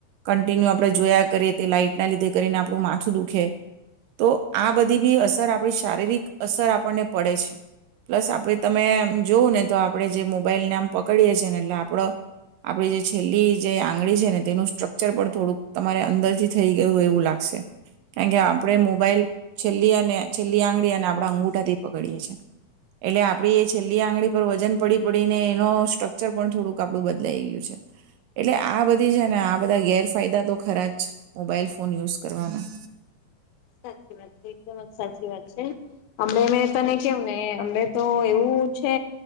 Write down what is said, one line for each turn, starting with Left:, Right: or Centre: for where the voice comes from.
Right: કન્ટિન્યુ આપણે જોયા કરીએ તે લાાઈટના લીધે કરીને આપણું માથું દુખે. તો આ બધી બી અસર આપણી શારીરિક અસર આપણને પડે છે. પ્લસ આપણે તમે જોવં ને તો આપણે જે મોબાઈલને આમ પકડીએ છી ને એટલે આપડ આપણી જે છેલ્લી જે આંગળી છે ને તેનું સ્ટ્રક્ચર પણ થોડુંક તમારે અંદરથી થઈ ગયું હોય એવું લાગશે. કારણ કે આપણે મોબાઈલ છેલ્લી અને છેલ્લી આંગળી અને આપણા અંગુઠાથી પકડીએ છીએ. એટલે આપડી એ છેલ્લી આંગળી પર વજન પડી પડીને એનો સ્ટ્રક્ચર પણ થોડુંક આપણું બદલાઈ ગયું છે. એટલે આ બધી છે ને આ બધા ગેરફાયદા તો ખરા જ મોબાઈલ ફોન યુઝ કરવાના.
Left: સાચી વાત છે. એકદમ જ સાચી વાત છે. અમડે મેં તને કેવું ને અમે તો એવું છે.